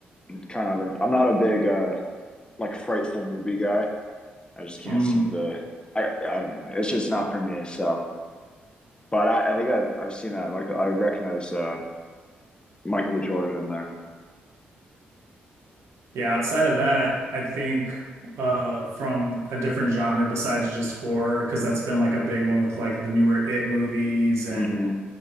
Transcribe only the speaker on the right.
Mm,
yeah, outside of that, I think uh from a different genre besides just horror, because that's been like a big one with like the newer It movies and